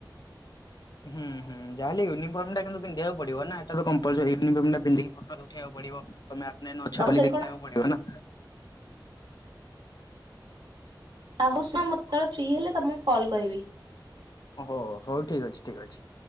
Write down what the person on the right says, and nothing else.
ତମ
ସେମିତି
କଣ
ଆହୁ ମତେବେଳେ ଫ୍ରି ହେଲେ ତମକୁ କଲ୍ କରିବି।